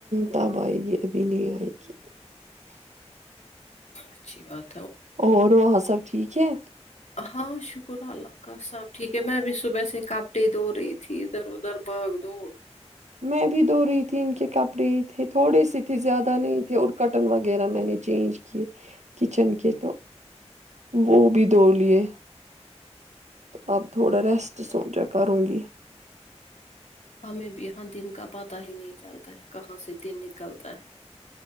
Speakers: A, on the right; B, on the left.
A: تب آئے گی ابھی نہیں آئے گی ج
B: اچھی بات
A: اور وہاں سب ٹھیک ہے
B: ہاں شکر اللہ کا سب ٹھیک ہے میں بھی صبح سے کپڑے دو رہی تھی ادھر ادھر باغ دوڑ
A: میں بھی د رہی تھی ان کے کپڑے ہی تھے تھوڑے سے تھے زیادہ نہیں تھے اور کٹن وغیرہ میں نے چینج کیے کچن کے تو وہ بھی دوڑ لیے تو اب تھوڑا ریسٹ سمچا کروں گی
B: ہمیں بھی یہاں دن کا پتا ہی نہیں چلتا ہے کہاں سے دن نکلتا ہے